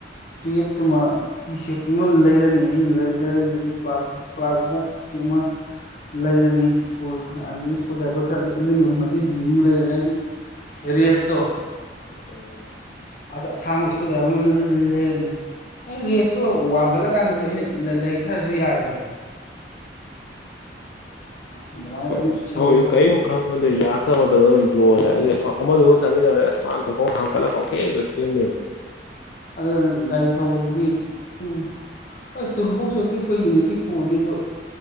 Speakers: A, on the left; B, on the left.
A: ꯇꯨꯌꯦꯞꯇ ꯑꯃ ꯇꯤ ꯁꯦꯞ ꯇꯨꯃ ꯑꯃ ꯂꯩꯔꯅꯤ ꯑꯩꯅ ꯂꯩꯔꯛꯏꯁꯤꯗꯤ ꯄ꯭ꯂꯥꯛ ꯄ꯭ꯂꯥꯛ ꯕꯣꯛꯁꯀꯤ ꯑꯃ ꯂꯩꯔꯅꯤ ꯁ꯭ꯀꯨꯜ ꯑꯗꯩ <unintelligible> ꯕꯥꯔ ꯈꯔ ꯑꯔꯤꯡꯕ ꯑꯃ ꯃꯆꯤꯟ ꯇꯨꯝꯕ ꯑꯃ ꯂꯩꯔꯅꯤ ꯍꯥꯏꯗꯤ ꯔꯦꯁꯇꯣ
B: ꯎꯝ
A: ꯑꯁ ꯑꯁꯥꯡꯕ ꯁ꯭ꯀꯔꯨ ꯗꯥꯢꯕꯔ ꯑꯃ ꯂꯩꯔꯅꯤ ꯑꯩ ꯔꯦꯁꯇꯣ ꯋꯥꯡꯈꯠꯂꯒꯥꯟꯗꯁꯨ ꯑꯩꯅ ꯂꯩꯊꯔꯁꯨ ꯌꯥꯔꯦꯗꯅ ꯑꯗꯨꯃꯥꯏꯅ
B: ꯍꯣꯏ
A: ꯑꯗꯨꯝ
B: ꯑꯁ
A: ꯁꯦꯝꯗꯣꯛꯀꯁꯤ
B: ꯑꯩꯈꯣꯢꯗꯣ ꯀꯔꯤꯝ ꯈꯪꯄꯣꯟꯇꯦ ꯌꯥꯔꯛꯇꯕ ꯃꯇꯝꯗ ꯑꯗꯨꯝ ꯂꯣꯏꯔꯦ ꯑꯗꯩ ꯑꯃꯗꯨꯒ ꯆꯠꯃꯤꯟꯅꯔꯗꯤ ꯑꯁ ꯃꯥꯢ ꯊꯣꯛꯄ ꯑꯃ ꯍꯥꯡꯒꯠꯂꯒ ꯄꯪꯁꯦꯝꯗ ꯁꯦꯝꯅꯤꯕ
A: ꯑꯗꯨꯅ ꯒꯥꯔꯤ ꯊꯧꯕꯗꯗꯤ ꯄꯨꯡ ꯍꯣꯏ ꯇꯨꯜꯕꯣꯛꯁꯨ ꯄꯤꯛꯄꯩꯒꯤꯅꯤ ꯄꯤꯛꯄꯕꯨꯗꯤ ꯑꯗꯨ